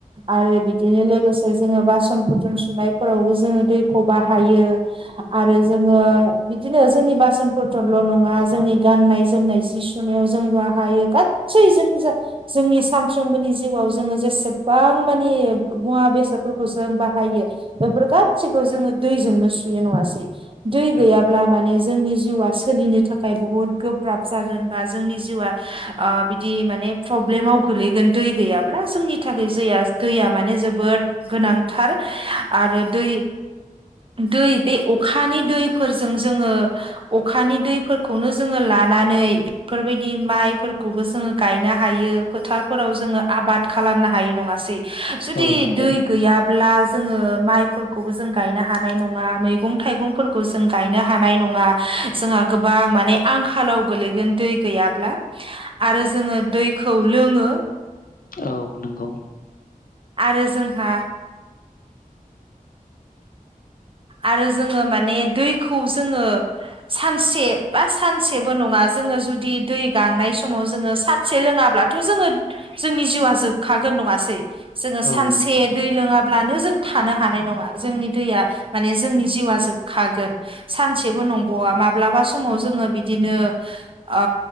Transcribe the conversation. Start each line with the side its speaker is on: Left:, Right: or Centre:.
Right: आरो बिदिनो लोगोसे जोङो बासनफोर जों सुनायफोरावबो जोङो दैखौ बाहायो आरो जोङो बिदिनो जोंनि बास फोरथ'ल' नङा जोंनि गाननाय जोमनाय जि सुनायाव जों बाहायो गासै जों जा जोंनि सानफ्रोमबोनि जिउआव जोङो जेसेबां माने मुवा बेसादफोरखौ जों बाहायो बेफोर गासैखौ जोङो दैजोंनो सुयो नङासै दै
Left: औ
Right: गैयाब्ला माने जोंनि जिउआ सोलिनो थाखाय बुहुत गोब्राब जागोन बा जोंनि जिउआ ओ बिदि माने प्रब्लेमाव गोलैगोन दै गैयाब्ला जोंनि थाखाय जैया दैया माने जोबोद गोनांथार आरो दै। दै बे अखानि दैफोरजों जोङो अखानि दैफोरखौनो जोङो ला लानानै बेफोरबायदि माइफोरखौबो जोङो गायनो हायो। हायो फोथारफोराव जोङो आबाद खालामनो हायो नङासै। जुदि
Left: औ नंगौ
Right: दै गैयाब्ला जोङो माइफोरखौबो जों गायनो हानाय नङा मैगं थाइगंफोरखौ जों गायनो हानाय नङा जोंहा गोबां माने आंखालाव गोलैगोन दै गैयाब्ला आरो जोङो दै खौ लोङो
Left: औ नंगौ
Right: आरो जोंहा आरो जोङो माने दैखौ जोङो सानसे बा सानसेबो नङा जोङो जुदि दै गांनाय समाव जोङो सानसे लोङाब्लाथ' जोङो जोंनि जिउआ जोबखागोन नङासै जोङो सानसे
Left: औ
Right: दै लोङाब्लानो जों थानो हानाय हानाय नङा जोंनि दैया माने जोंनि जिउवा जोबखागोन सानसेबो नंबावा माब्लाबा समाव जोङो बिदिनो ओ